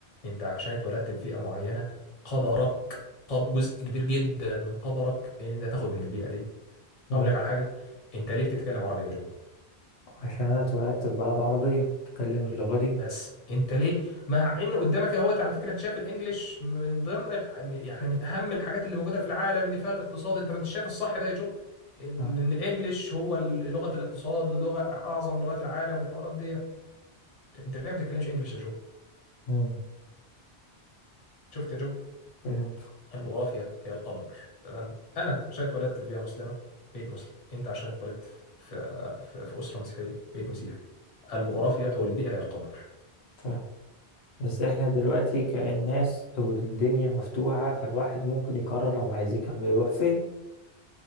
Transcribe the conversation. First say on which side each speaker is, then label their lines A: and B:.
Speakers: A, on the left; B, on the left.
A: انت عشان اتولدت في بيئة معينة قدرك قد... جزء كبير جدا من قدرك ان انت تاخد من البيئة دي
B: مم.
A: اقول لك على حاجة انت ليه بتتكلم عربي يا جو
B: عشان انا اتولدت في بلد عربية بتكلم اللغة دي
A: بس انت ليه مع ان قدامك اهوت على فكره انت شايف الانجليش من ضمن الح... يعني من اهم الحاجات اللي موجوده في العالم اللي فيها الاقتصاد انت ما انت شايف الصح ده يا جو لان
B: اه
A: الانجليش هو ال- لغه الاقتصاد لغه اعظم لغات العالم والحوارات دي انت ليه ما بتتكلمش انجليش يا جو
B: مم.
A: شفت يا جو
B: فهمت
A: الجغرافيا هي القدر تمام انا عشان اتولدت في بيئه مسلمه بيت مسلم انت عشان اتولدت في في, في اسره مسيحيه بيت مسيحي الجغرافيا او البيئه هي القدر
B: فاهم بس احنا دلوقتي كالناس او الدنيا مفتوحة فالواحد ممكن يقرر لو عايز يكمل يروح فين